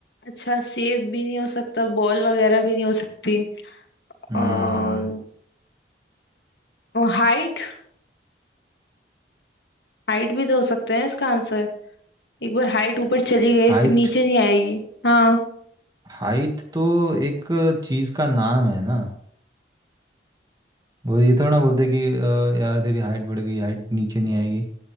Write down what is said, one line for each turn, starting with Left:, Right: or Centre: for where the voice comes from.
Left: अच्छा सेब भी नहीं हो सकता बॉल वगैरह भी नहीं हो सकती
Right: हम्म
Left: और हाइट हाइट भी तो हो सकते हैं इसका आंसर एक बार हाइट ऊपर चली गई
Right: हाइट
Left: फिर नीचे नहीं आएगी हाँ
Right: हाइट तो एक चीज़ का नाम है ना वो ये थोड़ा ना बोलते कि "अ, यार तेरी हाइट बढ़ गई हाइट नीचे नहीं आएगी